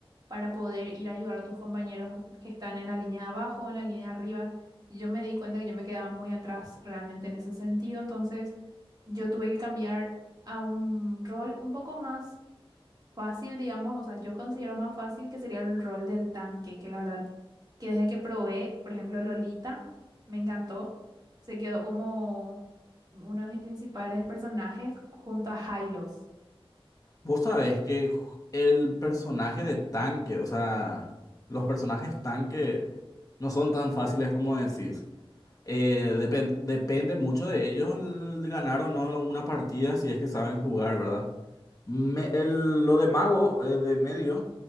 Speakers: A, on the right (about 40°); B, on the left (about 35°).
A: para poder ir a ayudar a tus compañeros que están en la línea de abajo, en la línea de arriba. Y Yo me di cuenta que yo me quedaba muy atrás realmente en ese sentido, entonces yo tuve que cambiar a un rol un poco más fácil, digamos, o sea, yo considero más fácil que sería el rol del tanque, que la verdad, que desde que probé, por ejemplo, Lolita, me encantó, se quedó como uno de mis principales personajes junto a Hylos.
B: Vos sabés que ju- el personaje de tanque, o sea, los personajes tanque no son tan fáciles como decís. Eh, depen- depende mucho de ellos el ganar o no una partida si es que saben jugar, ¿verdad? Me- el- lo de mago, eh, de medio,